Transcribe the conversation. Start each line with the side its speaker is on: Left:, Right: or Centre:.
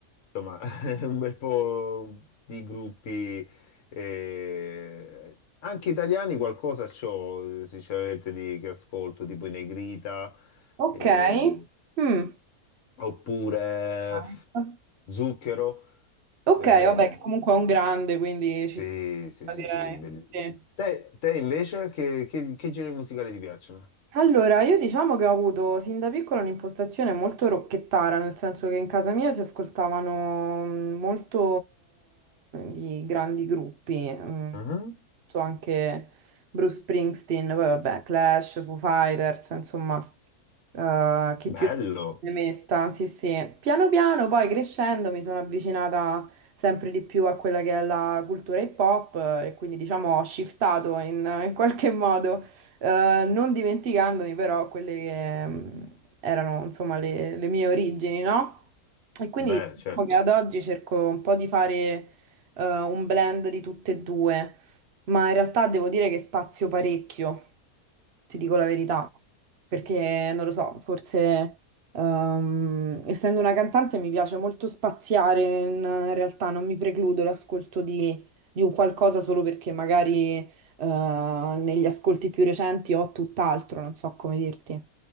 Left: insomma, <laughs> un bel po' di gruppi, eh, anche italiani qualcosa c'ho, eh, sinceramente, di, che ascolto, tipo i Negrita,
Right: Ok.
Left: eh,
Right: Mm.
Left: oppure
Right: Ah, ecco.
Left: Zucchero.
Right: Ok,
Left: eh,
Right: vabbè, che comunque è un grande, quindi ci
Left: sì,
Right: sta,
Left: sì, sì,
Right: direi.
Left: sì, bellissimo.
Right: Sì.
Left: Te, te invece, che, che, che generi musicali ti piacciono?
Right: Allora, io diciamo che ho avuto sin da piccola un'impostazione molto rocchettara, nel senso che in casa mia si ascoltavano mm, molto i grandi gruppi, mm,
Left: Mhm.
Right: tutto anche Bruce Springsteen, poi vabbè, Clash, Foo Fighters, insomma, eh, chi
Left: Bello,
Right: più ne metta, sì, sì. Piano piano, poi crescendo, mi sono avvicinata sempre di più a quella che è la cultura hip hop eh, e quindi diciamo ho shiftato in in qualche modo eh, non dimenticandomi però quelle che mm, erano insomma le, le mie origini, no? E quindi
Left: beh,
Right: diciamo
Left: certo.
Right: che ad oggi cerco un po' di fare eh, un blend di tutte e due, ma in realtà devo dire che spazio parecchio, ti dico la verità, perché non lo so, forse ehm, essendo una cantante mi piace molto spaziare, in, in realtà non mi precludo l'ascolto di di un qualcosa solo perché magari eh, negli ascolti più recenti ho tutt'altro, non so come dirti.